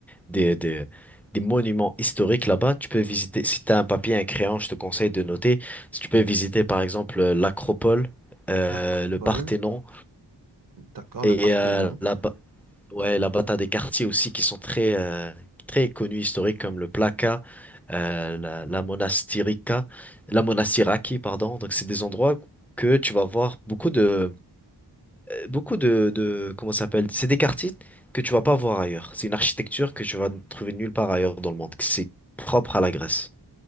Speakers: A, in the centre; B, on the right (about 50°).
A: des, des, des monuments historiques là-bas. Tu peux visiter, si tu as un papier, un crayon, je te conseille de noter. Si tu peux visiter par exemple euh, l'Acropole, euh,
B: L'Acropole,
A: le Parthénon
B: d'accord,
A: et
B: le Parthénon.
A: euh, la, ba- ouais, là-bas, t'as des quartiers aussi qui sont très, euh, très connus historiques comme le Plaka. euh, la, la Monastirica, la Monastiraki, pardon. Donc, c'est des endroits que tu vas voir beaucoup de, beaucoup de, de comment ça s'appelle? C'est des quartiers que tu vas pas voir ailleurs. C'est une architecture que tu vas trouver nulle part ailleurs dans le monde. que C'est propre à la Grèce.